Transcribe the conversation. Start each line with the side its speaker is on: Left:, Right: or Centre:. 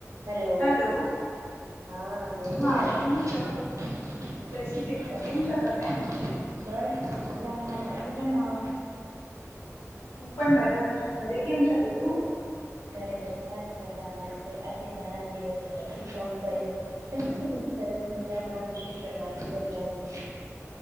Right: Hello,
Left: hello
Right: હા જય શ્રી
Left: હા કેમ
Right: કૃષ્ણ
Left: છો જય શ્રી કેમ છો તમે
Right: બસ મજામાં તમે કેડા
Left: હું, પણ મજામાં છું, ઘરે કેમ છે, બધું?
Right: ઘરે બધા જ મજામાં છે આજે ઘણા દિવસો પછી ફોન કર્યો ચાલોને કંઈક સરસ મજા ના વિષય પર વાત કરીએ આજે.